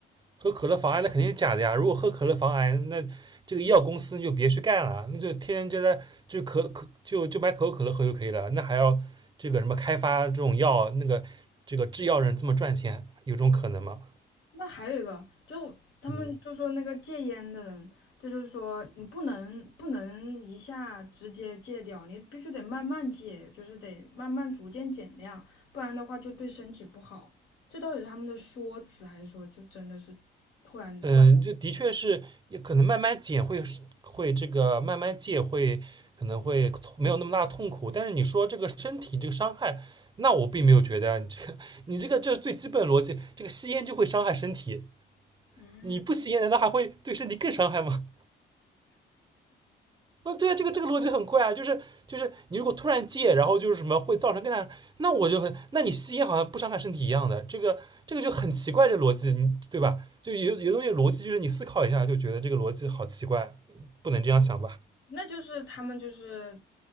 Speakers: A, on the right; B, on the left.
A: 喝可乐防癌，那肯定是假的呀。如果喝可乐防癌，那这个医药公司就别去干了，那就天天就在就可可就就买可口可乐喝就可以了。那还要这个什么开发这种药，那个这个制药人这么赚钱，有这种可能吗？
B: 那还有一个，就他们就说那个戒烟的人，
A: 嗯
B: 这就是说你不能不能一下直接戒掉，你必须得慢慢戒，就是得慢慢逐渐减量，不然的话就对身体不好。这到底是他们的说辞，还是说就真的是突然？
A: 嗯，这的确是，也可能慢慢减会会这个慢慢戒会，可能会没有那么大的痛苦。但是你说这个身体这个伤害，那我并没有觉得啊，你这个你这个这是最基本的逻辑，这个吸烟就会伤害身体，
B: 嗯，
A: 你不吸烟难道还会对身体更伤害吗？那对啊，这个这个逻辑很怪啊，就是就是你如果突然戒，然后就是什么会造成更大，那我就很，那你吸烟好像不伤害身体一样的，这个这个就很奇怪，这逻辑对吧？就有有东西逻辑就是你思考一下就觉得这个逻辑好奇怪，不能这样想吧？
B: 那就是他们就是